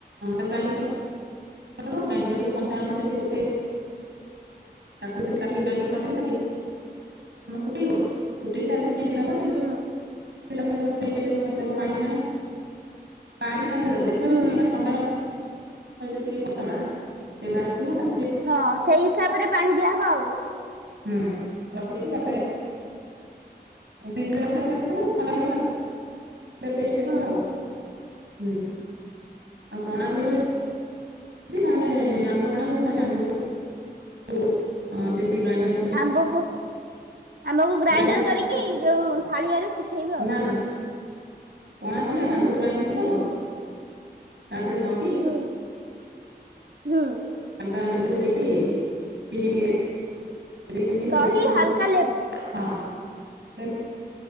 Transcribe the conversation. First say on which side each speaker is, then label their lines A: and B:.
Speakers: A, on the right; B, on the right.
A: ତାକୁ <unintelligible> ଆ ଗୋଟେ କରି ତାକୁ ସେମିତି ଗୋଟେ ତାକୁ ସେମିତି ଗ୍ରାଇଣ୍ଡ କରି ଦେଇକି ତେ ଫୁଟେଇବ ଫୁଟେଇକି ତା ଦେହରେ ଚିନି ଦେବ
B: ହୁଁ
A: ପିଲ ପରେ ତାକୁ ଫ୍ରିଜ ଦେବ ପାଣି ମାନେ ପାଣି ବି ତା ଦେରେ ଦେବ ଦେଖ
B: ହୁଁ
A: ଯେମିତି ମାନେ ଥଣ୍ଡର ଟିକଏ ପତଳା ସେମା ରଖିବ ତା
B: ହଁ ସେଇ ହିସାବରେ ପାଣି ଦିଆହେବ ଆଉ।
A: ହୁଁ। ରଖିଦେଇବକି ତାପରେ ପିଜି ରଖି କେତେକ ସମୟ ଥଣ୍ଡା ହେଇ ଗଲେ ଟେଷ୍ଟ ଆସିବା
B: ହୁଁ।
A: ଆଉ ହୁଁ ଆଉ ପଣା କରିବ ତାଲେ ଆମ୍ବ ପଣା ତାଲେ ଆବକୁ ହଁ। ସେମତି ଗ୍ରାଇଣ୍ଡର କିମ୍ବା
B: ଆମ୍ବକୁ ଆମ୍ବକୁ ଗ୍ରାଇଣ୍ଡର
A: ଗ୍ରାଇଣ୍ଡିଙ୍ଗ
B: କରିକି ଯୋଉ ଥାଳିଆରେ ଶୁଖେଇବ ଆଉ।
A: ନା ନା ପଣା କଲେ
B: ହୁଁ।
A: ଆମ୍ବକୁ ଗ୍ରାଇଣ୍ଡିଂ କରିଦବ ତାଥୀରେ ଦ
B: ହୁଁ ହୁଁ।
A: ଅଆ ଲେମ୍ବୁ ଦେଇକି ଚିନି ଟିକେ ଚିନି
B: ଦହି
A: ଲୁଣ ଦେଇକି ପଣା
B: ହାଲକା
A: କଳୁ।
B: ଲେମ୍ବୁ
A: ହଁ। ଲେମ୍ବୁ